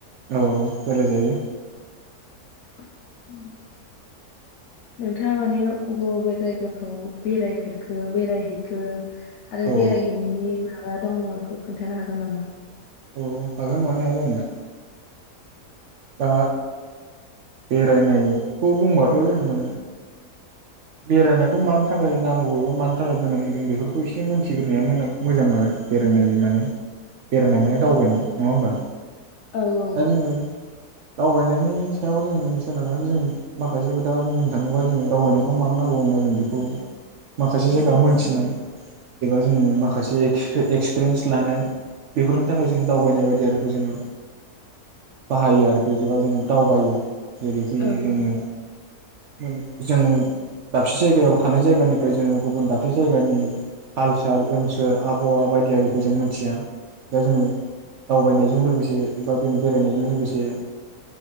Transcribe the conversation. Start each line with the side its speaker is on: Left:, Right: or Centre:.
Right: औ रायलाय जायो।
Left: उम नोंथाङा माने अबे बबे जायगाफ्राव बेरायफेरखो बेरायहैखो आरो
Right: औ
Left: बेरायहैनायनि माब बा मा दङ बेखौ खोन्थानो हागोन नामा?
Right: अ हगोन मानो हाया जानो। दा बेरायनायखौ बुंबाथ' जोङो बेरायनायखौ मानि थाखाय नांगौ एबा मानि थाखाय गोनां जों बेफोरखौ एसे मोनथिग्रोनाया मोजां आरो बेरायनाय माने बेरायनाय माने दावबायनाय नङा होमबा।
Left: औ औ
Right: दा जोङो दावबायनायनि सायाव जों सोनारनानै जों माखासे खोथा बुंनो थाङोबा जोङो दावबायनायखौ मानो नांगौ होमबा जों बेखौ माखासे जायगा मोनथिनाय एबा जोङो माखासे एक्स एक्सपिरियेन्स लानाय बेफोरनि थाखाय जों दावबायनाय बायदिखौ जोङो बाहायो आरो गैजोबा जों दावबायो जेरैखि
Left: ओं
Right: जोङो
Left: ओं
Right: मोन जों दाबसे जायगायाव थानाय जायगानिफ्राय जोङो गुबुन दाबसे जायगानि हाल साल ओनसोल आबहावा बायदियारिखौ जों मिथिया दा जोङो दावबायनायजों लोगोसे बेबा बे बेरायनायजों लोगोसे